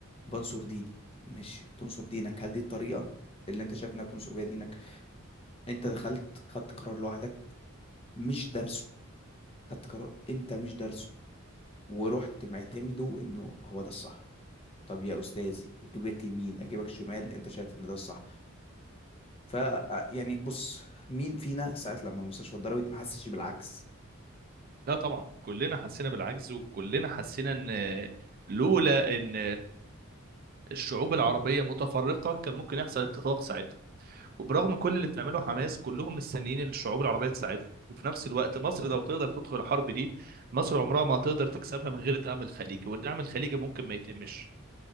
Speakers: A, on the left (about 25°); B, on the right (about 45°).
A: بنصر ديني مش بتنصر دينك هل دي الطريقه اللي انت شايف انها بتنصر بيها دينك انت دخلت خدت قرار لوحدك مش دارسه خدت قرار انت مش دارسه ورحت معتمده انه هو ده الصح طب يا استاذي اجيبك يمين اجيبك شمال انت شايف ان ده الصح ف آه، يعني بص مين فينا ساعه لما المستشفى اتضربت ما حسش بالعجز
B: لا طبعا كلنا حسينا بالعجز وكلنا حسينا ان لولا ان الشعوب العربيه متفرقه كان ممكن يحصل اتفاق ساعتها وبرغم كل اللي بتعمله حماس كلهم مستنيين إن الشعوب العربيه تساعدهم وفي نفس الوقت مصر لو تقدر تدخل الحرب دي مصر عمرها ما هتقدر تكسبها من غير دعم الخليجي والدعم الخليجي ممكن ما يتمش